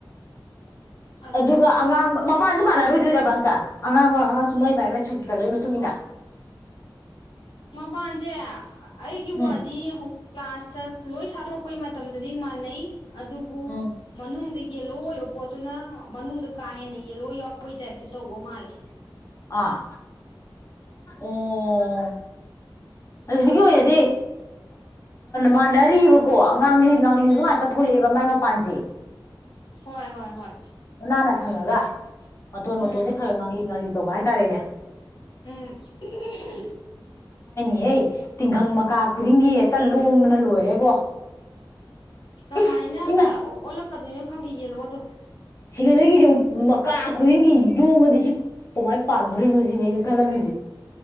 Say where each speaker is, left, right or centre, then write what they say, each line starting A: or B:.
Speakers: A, on the left; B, on the left.
A: ꯑꯗꯣ
B: ꯑꯗꯨꯒ ꯑꯉꯥꯡ ꯃꯄꯥꯟꯁꯦ ꯃꯥꯟꯅꯔꯣꯏ ꯗꯨꯏꯔꯕ ꯑꯝꯇ ꯑꯉꯥꯡꯕ ꯑꯉꯥ ꯁꯨꯃꯩ ꯄꯥꯏꯕ ꯁꯨꯠ ꯀꯂꯔ <unintelligible>
A: ꯃꯄꯥꯟꯁꯦ ꯑ ꯑꯩꯒꯤ
B: ꯎꯝ
A: ꯋꯥꯗꯤ ꯍꯧ ꯂꯥꯁꯇ ꯂꯣꯏ ꯁꯥꯠꯇꯣꯔꯛꯄꯩ ꯃꯇꯝꯗꯗꯤ ꯃꯥꯟꯅꯩ ꯑꯗꯨꯕꯨ
B: ꯎꯝ
A: ꯃꯅꯨꯡꯗꯒꯤ ꯌꯦꯂꯣ ꯑꯣꯏꯕ ꯄꯣꯠꯇꯨꯅ ꯃꯅꯨꯡꯗ ꯀꯥ ꯍꯦꯟꯅ ꯌꯦꯜꯂꯣ ꯌꯥꯎꯕꯩ ꯇꯥꯏꯞꯇ ꯇꯧꯕ ꯃꯥꯜꯂꯦ
B: ꯑꯥ ꯑꯣ ꯑꯗꯨꯗꯒꯤ ꯑꯣꯏꯅꯗꯤ ꯃꯥꯟꯅꯔꯤꯕꯀꯣ ꯉꯥꯡꯂꯤ ꯉꯥꯡꯂꯤꯕ
A: ꯎꯝ
B: ꯉꯥꯛꯇ ꯊꯣꯛꯂꯑꯦꯕ ꯃꯥꯏ ꯃ ꯄꯥꯟꯖꯤ
A: ꯍꯣꯏ ꯍꯣꯏ ꯍꯣꯏ
B: ꯃꯥꯅ ꯁꯪꯉꯒ ꯃꯇꯣꯟ ꯃꯇꯣꯟꯖꯦ
A: ꯎꯝ
B: ꯈꯔ ꯈꯔ ꯉꯥꯡꯂꯤ ꯇꯧꯕ ꯍꯥꯏꯇꯥꯔꯦꯅꯦ
A: ꯎꯝ ꯍꯨꯝ ꯍꯨꯝ
B: ꯍꯦ ꯇꯤꯡꯒꯪ ꯃꯀꯥ ꯈꯨꯗꯤꯡꯒꯤ ꯇ ꯂꯣꯡꯗꯅ ꯂꯣꯏꯔꯦꯕꯣ
A: ꯀꯃꯥꯏꯅ
B: ꯏꯁ ꯏꯃꯥꯏ
A: ꯑꯣꯜꯂꯛꯀꯗꯣꯏꯅꯣ ꯈꯪꯗꯦ ꯌꯦꯜꯂꯣꯗꯣ <inaudible>
B: ꯁꯤꯀꯟꯗꯔꯒꯤꯁꯦ ꯑꯃꯨꯛ ꯃꯀꯥ ꯈꯨꯗꯤꯡꯒꯤ ꯌꯣꯝꯃꯗꯤ ꯁꯤ ꯀꯃꯥꯏ ꯄꯥꯟꯗꯣꯔꯤꯅꯣ ꯁꯤꯅꯦ ꯑꯩꯩꯖꯦ ꯈꯜꯂꯝꯃꯤꯖꯦ